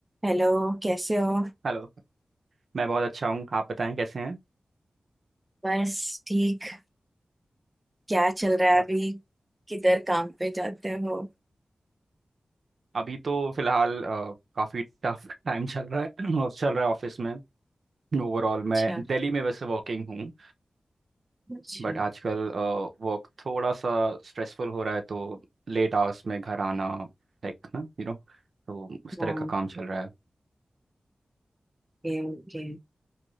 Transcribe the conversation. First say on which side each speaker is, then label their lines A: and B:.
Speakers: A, on the right (about 15°); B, on the right (about 70°).
A: Hello कैसे हो
B: Hello मैं बहुत अच्छा हूँ आप बताएं कैसे हैं
A: बस ठीक क्या चल रहा
B: और
A: है अभी किधर काम पे जाते हो
B: अभी तो फिलहाल अ, काफी टफ टाइम <laughs> चल रहा है <clears throat> और चल रहा है ऑफिस में ओवरऑल
A: अच्छा
B: मैं दिल्ली में वैसे वर्किंग हूँ
A: अच्छा
B: बट आजकल वर्क थोड़ा सा स्ट्रेसफुल हो रहा है तो लेट आवर्स में घर आना लाइक ना यू नो तो उस तरह
A: हाँ
B: का काम चल रहा है
A: ओके ओके